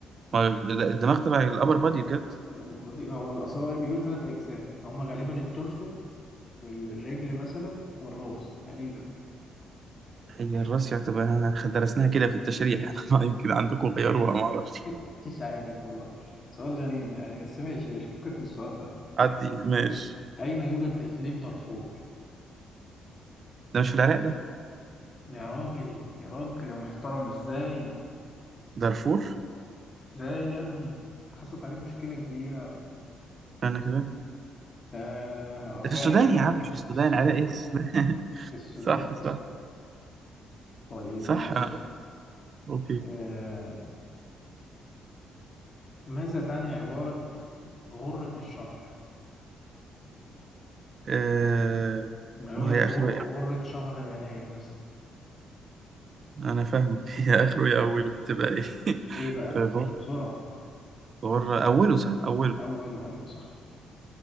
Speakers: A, on the right (about 45°); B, on the left (about 40°).
A: ما... لا، الدماغ تبع الابر بادي بجد
B: لا، بطيء هو اصل هو بيقول ثلاث اجزاء هما غالبا التورسو والرجل مثلا والراس تقريبا
A: هي الراسية هتبقى درسناها كده في التشريح <laughs> أنا ما يمكن عندكم
B: <laughs>
A: غيروها ما اعرفش
B: مش عارف والله سؤال غريب يعني بس ماشي مش فكك في السؤال ده
A: عدي ماشي
B: اين يوجد اقليم دارفور
A: ده مش في العراق ده
B: يا راجل يا راجل يا محترم ازاي
A: دارفور
B: ازاي يا ابني حصلت عليه مشكلة كبيرة
A: انا كده
B: ده
A: ده في
B: واحد
A: السودان يا عم مش في السودان
B: في, الس...
A: عراق ايه <laughs> السودان
B: في السودان
A: صح صح
B: طيب
A: صح
B: ماشي
A: أنا- اوكي
B: آه... ماذا تعني عبارة غرة الشهر
A: آه...
B: ما يقول
A: ما
B: لك
A: هي
B: غر...
A: اخره يا
B: غرة شهر يناير مثلا
A: انا فاهمك <laughs> هي اخره يا اوله هتبقى ايه <laughs>
B: ايه بقى
A: غر
B: بسرعة
A: غر اوله صح اوله
B: اول وايوه صح